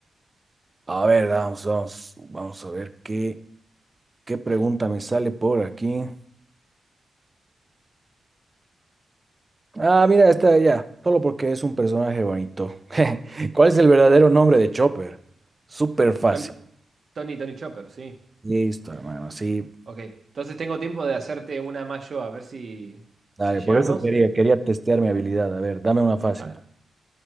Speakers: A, on the right (about 15°); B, on the right (about 35°).
A: A ver, vamos, vamos, vamos a ver qué, qué pregunta me sale por aquí. Ah, mira, está ya, solo porque es un personaje bonito. <laughs> ¿Cuál es el verdadero nombre de Chopper? Súper fácil.
B: Ton- Tony, Tony Chopper, sí,
A: Listo, hermano, sí.
B: ok. Entonces tengo tiempo de hacerte una más yo, a ver si,
A: Dale,
B: si llegamos.
A: por eso quería, quería testear mi habilidad. A ver, dame una fácil.
B: A ver.